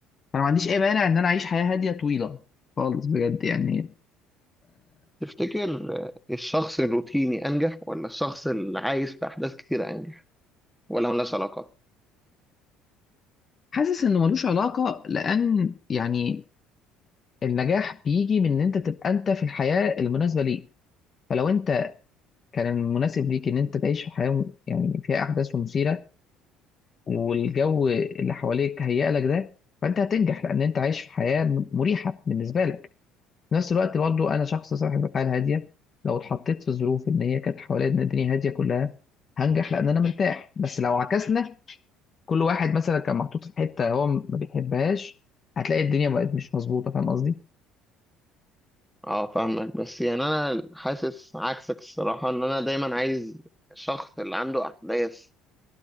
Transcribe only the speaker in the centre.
تفتكر آه، الشخص الروتيني انجح ولا الشخص اللي عايز في احداث كتير انجح ولا ملهاش علاقة
اه فاهمك بس يعني انا حاسس عكسك الصراحة ان انا دايما عايز الشخص اللي عنده احداث